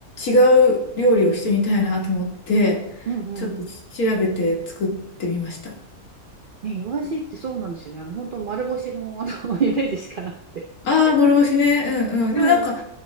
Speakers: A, on the left; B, on the right.
A: 違う料理をしてみたいなと思って、
B: うんうんうん。
A: ちょっと調べて作ってみました。
B: ね、イワシってそうなんですよね。あの本当丸干しのあの <laughs> イメージしかなくて。
A: ああ、諸星ね。うんうん。
B: そう。
A: でもなんか、